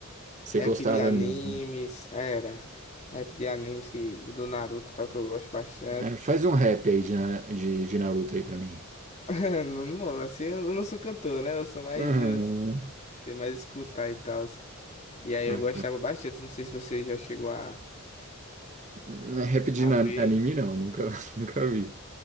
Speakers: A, on the right (about 35°); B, on the left (about 30°).
A: Você
B: Rap
A: gostava
B: de animes,
A: mesmo.
B: era. Rap de animes que, do do Naruto, tal, que eu gosto bastante.
A: É, faz um rap aí de, Na- de, de Naruto aí pra mim.
B: <laughs> Não, não, assim, eu não sou cantor, né? Eu sou mais,
A: Uhum.
B: eu sei mais escutar e tal. E aí
A: Vai,
B: eu gostava bastante, não sei se você já chegou a,
A: Não é Rap de
B: a
A: na-
B: ver,
A: anime não, nunca, <laughs> nunca vi.